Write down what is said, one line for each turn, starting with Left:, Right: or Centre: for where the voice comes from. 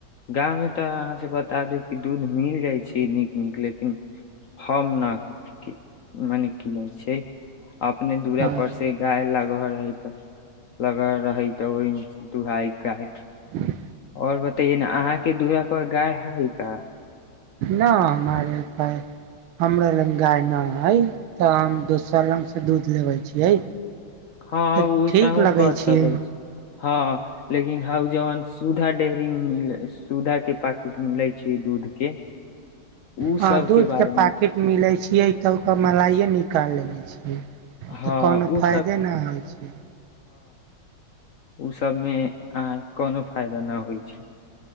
Left: गामवमे तऽ अहाँसँ बता दू कि दूध मिल जाइ छै नीक नीक लेकिन हम ने कि मने की नहि छै अपने दूरा
Right: न
Left: पर से गाय लगहर है तऽ लगल रहै त ओहि दुहाय गाय
Right: ह
Left: और बतैय ने अहाँके दुरा पर गाय है का
Right: न हमारेप हमरा लग गाय नहि हइ तऽ हम दोसर लगसँ दूध लेबै छियै
Left: हँ
Right: तऽ
Left: ओस
Right: ठीक लगै
Left: कर
Right: छियै
Left: सकै छै हँ लेकिन हउ जान सुधा डेरी मे मिल सुधा के पाकिट मेिले छै दूध के उ
Right: हँ
Left: सब
Right: दूध
Left: बारे
Right: के
Left: मे
Right: पैकेट मिले छियै तब ओ मलाइे निकाल लेबे छियै
Left: हँ
Right: तऽ कोनो
Left: उ
Right: फइदे नहि होइ छै
Left: ओसभमे अहाँ कोनो फायदा नहि होइ छै